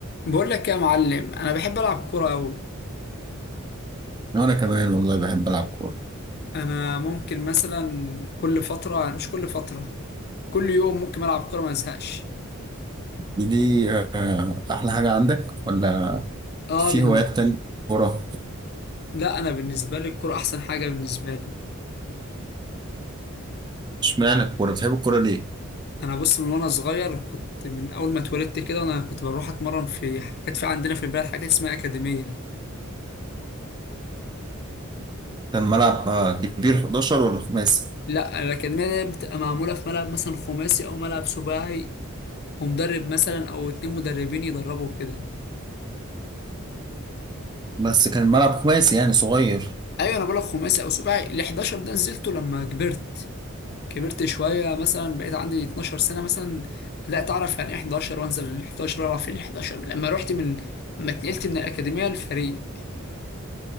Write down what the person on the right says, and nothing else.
وانا كمان والله بحب العب كوره
دي دي آه، احلى حاجه عندك ولا
في
هوايات تانية كوره
اشمعنى الكوره بتحب الكوره ليه
كان ملعب آه، كبير 11 ولا خماسي
بس كان ملعب خماسي يعني صغير